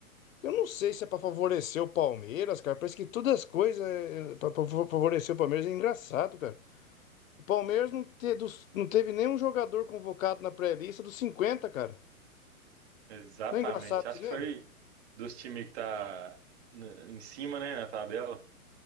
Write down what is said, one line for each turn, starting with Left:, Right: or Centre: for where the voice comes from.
Left: Eu não sei se é pra favorecer o Palmeiras, cara. Parece que todas as coisas é, é pra, pra favorecer o Palmeiras. É engraçado, cara. O Palmeiras não, te, dos- não teve nenhum jogador convocado na pré-lista dos 50, cara.
Right: Exatamente.
Left: Não é engraçado isso
Right: Acho
Left: mesmo?
Right: que foi dos times que tá n- em cima, né, na tabela.